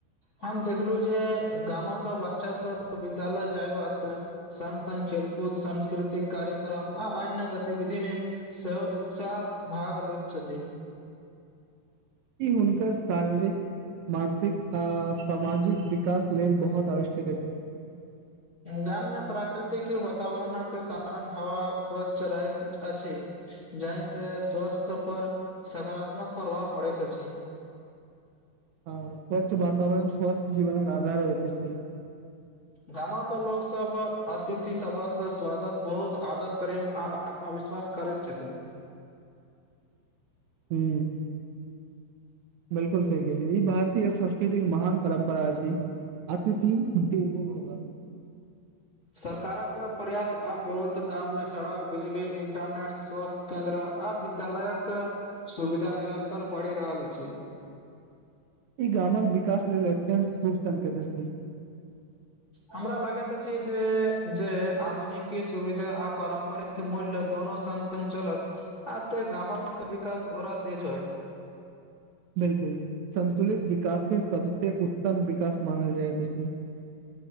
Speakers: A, on the left; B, on the right.
A: हम देखलू जे गामक बच्चा सब विद्यालय जय बक संग संग खेलकूद सांस्कृति कार्यक्रम आ अन्य गतिविधि मे स उत्साह भाग लेैत छथि
B: ई हुनकर शारीरिक मानसिक आ सामाजिक विकास लेल बहुत आवश्यक अछि
A: गाम मे प्राकृतिक वातावरणक कारण हवा स्वच्छ रहैत अछि जाहि से स्वस्थ्य पर सकारात्मक प्रभाव पड़ैत अछि
B: आ स्वच्छ वातावरण स्वच्छ जीवनक आधार होइत अछि
A: गामक लोक सब अतिथि सबक स्वागत बहुत आदर प्रेम आ अथवा विश्वास करैत छथिन
B: हू बिल्कुल सही कहलियै ई भारतीय संस्कृति महान परम्परा छै अतिथि देवो भवऽ <inaudible>
A: सरकारक प्रयास अब बहुत गाम मे सड़क बिजली इंटरनेट स्वस्थ्य केन्द्र आ विद्यालयक सुविधा निरन्तर बढ़ि रहल अछि
B: ई गामक विकास लेल अत्यंत शुभ संकेत अछी
A: हमरा लागैत अछि जे, जे आधुनिकी सुविधा आ पारम्परिक के मूल्य दोनो संग संग चलत आ ते गामक विकास औरा तेज होयत
B: बिलकुल संतुलित विकासे सभसे उत्तम विकास मानल जाय अछि